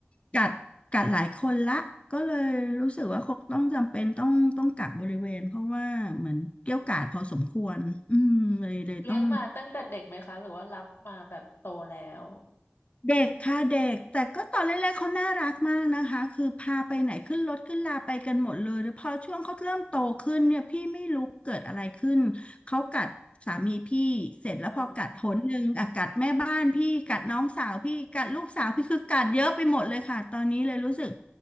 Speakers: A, on the left (about 30°); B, on the left (about 65°).
A: กัดกัดหลายคนละก็เลยรู้สึกว่าคงต้องจำเป็นต้องต้องกักบริเวณเพราะว่าเหมือนเกรี้ยวกราดพอสมควรอืมเลยเลยต้อง
B: เลี้ยงมาตั้งแต่เด็กไหมคะหรือว่ารับมาแบบโตแล้ว
A: เด็กค่ะเด็กแต่ก็ตอนแรกๆเขาน่ารักมากนะคะคือพาไปไหนขึ้นรถขึ้นลาไปกันหมดเลยแล้วพอช่วงเขาเริ่มโตขึ้นเนี่ยพี่ไม่รู้เกิดอะไรขึ้นเขากัดสามีพี่เสร็จแล้วพอกัดหนหนึ่งอ่ะกัดแม่บ้านพี่กัดน้องสาวพี่กัดลูกสาวพี่คือกัดเยอะไปหมดเลยค่ะตอนนี้เลยรู้สึก
B: อ่า